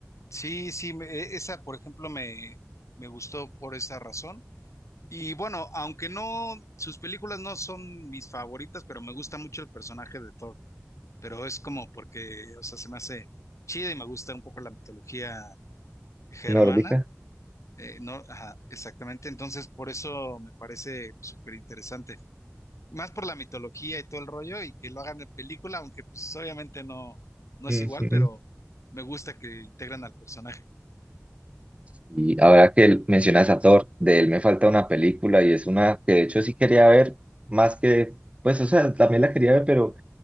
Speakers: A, on the left (about 75°); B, on the right (about 25°).
A: Sí, sí, me- e- esa, por ejemplo, me, me gustó por esa razón. Y bueno, aunque no, sus películas no son mis favoritas, pero me gusta mucho el personaje de Thor. Pero es como porque, o sea, se me hace chido y me gusta un poco la mitología germana.
B: nórdica.
A: Eh, no, ajá, exactamente. Entonces, por eso me parece súper interesante. Más por la mitología y todo el rollo y que lo hagan en película, aunque pues obviamente no, no
B: Ujú.
A: es igual, pero me gusta que integran al personaje.
B: Y ahora que él- mencionas a Thor, de él me falta una película y es una que de hecho sí quería ver, más que, pues, o sea, también la quería ver, pero